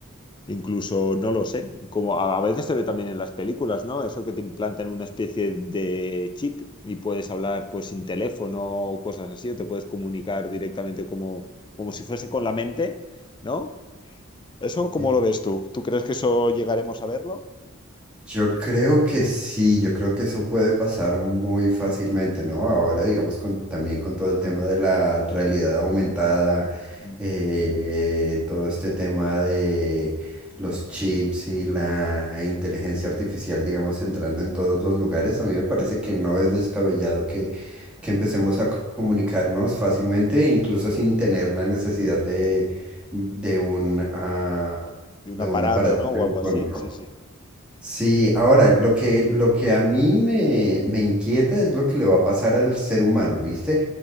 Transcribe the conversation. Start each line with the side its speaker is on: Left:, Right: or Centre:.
Left: incluso, no lo sé, como a, a veces se ve también en las películas, ¿no? Eso que te implantan una especie de chip y puedes hablar pues sin teléfono o cosas así, o te puedes comunicar directamente como, como si fuese con la mente, ¿no? ¿Eso cómo
Centre: sí.
Left: lo ves tú? ¿Tú crees que eso llegaremos a verlo?
Centre: Yo creo que sí, yo creo que eso puede pasar muy fácilmente, ¿no? Ahora, digamos, con, también con todo el tema de la realidad aumentada,
Left: Ujú.
Centre: eh, todo este tema de los chips y la inteligencia artificial, digamos, entrando en todos los lugares, a mí me parece que no es descabellado que, que empecemos a co- comunicarnos fácilmente, incluso sin tener la necesidad de, de un, ah,
Left: De
Centre: de
Left: un aparato,
Centre: un aparato
Left: ¿no?
Centre: telefónico.
Left: O algo así. Sí, sí.
Centre: Sí, ahora, lo que, lo que a mí me, me inquieta es lo que le va a pasar al ser humano, ¿viste?